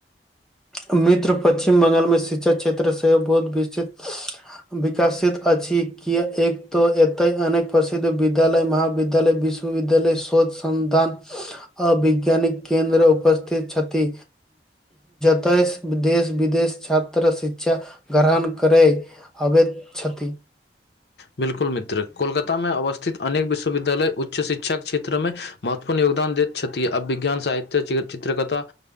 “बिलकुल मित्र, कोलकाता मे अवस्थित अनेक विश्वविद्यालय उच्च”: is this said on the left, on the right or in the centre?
Left